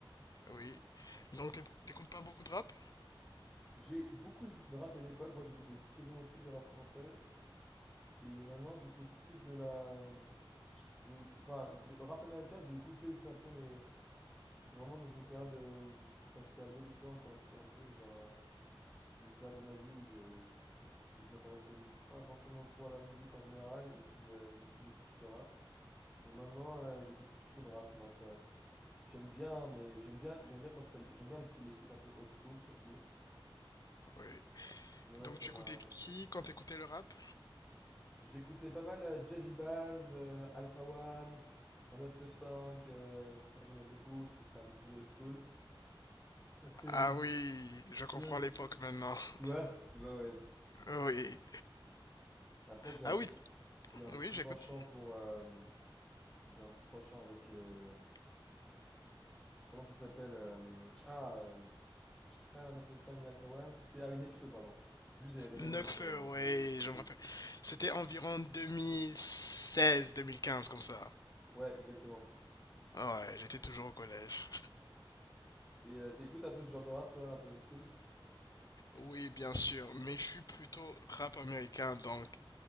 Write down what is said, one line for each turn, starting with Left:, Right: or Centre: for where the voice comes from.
Left: oui. Donc t'éc- t'écoutes pas beaucoup de rap?
Centre: J'ai beaucoup écouté de rap à une époque. Moi, j'écoutais quasiment que du rap français. Et maintenant, j'écoute plus de la. euh, de- du- enfin, j'ai- le rap américain, j'ai écouté aussi un peu, mais c'était vraiment dans une période euh, où j'étais, quand j'étais adolescent, quoi. C'était un peu le genre. euh, une période de ma vie où je, où je m'intéressais pas forcément trop à la musique en général, et puis euh, du coup j'écoutais du rap. Mais maintenant, euh, j'écoute plus trop de rap, non, ça. J'aime bien, mais j'aime bien, j'aime bien quand c'est- j'aime bien le tru- les trucs un peu old school surtout.
Left: Oui.
Centre: Mais ouais,
Left: Donc
Centre: ça
Left: tu
Centre: m'a.
Left: écoutais qui quand t'écoutais le rap?
Centre: J'écoutais pas mal euh, Jazzy Bass, euh, Alpha One, un 995, euh, ça j'aimais beaucoup, c'était un peu plus old school. Après,
Left: Ah
Centre: une...
Left: oui, je comprends
Centre: ouais,
Left: l'époque maintenant. <laughs>
Centre: tu vois, tu vois, ouais.
Left: Oui.
Centre: Après, j'ai eu
Left: Ah
Centre: un petit,
Left: oui,
Centre: j'ai eu un petit
Left: oui, j'écoute.
Centre: penchant pour, euh, j'ai un petit penchant avec euh, Comment ça s'appelle euh, Ah, euh, pas un Up Style ni Alpha One, c'était. Ah, oui, Nekfeu, pardon. Lui, j'avais bien
Left: Nekfeu,
Centre: aimé aussi à un moment.
Left: oui,
Centre: Ouais, ouais, c'était
Left: je
Centre: cool.
Left: me rappelle. C'était environ 2016-2015 comme ça.
Centre: Ouais, exactement.
Left: Ouais, j'étais toujours au collège.
Centre: Et euh, t'écoutes un peu ce genre de rap, toi, un peu old school?
Left: Oui, bien sûr, mais je suis plutôt rap américain, donc